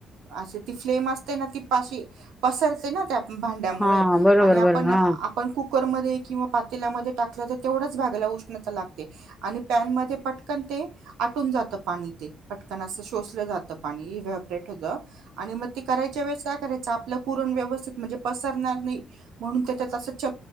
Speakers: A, on the right; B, in the centre.
A: असशी ती फ्लेम असते ना ती पाशी पसरते ना त्या. भांड्यामुळे
B: हा बरोबर
A: आणि आपण
B: बरोबर हा
A: आपण कुकरमध्ये किंवा पातेल्यामध्ये टाकलं. तेवढचगायला उष्णा लागते आणि पॅन म पटकन ते आटून जात पाणी ते. पटकन असे शोशल जातं. व्हायब्रेट होतं, आणि मग ते करायचे वेळेस काय करायचं आपलं व्यवस्थित म्हणजे पसरणार नाही म्हणून त्याच्यात अस च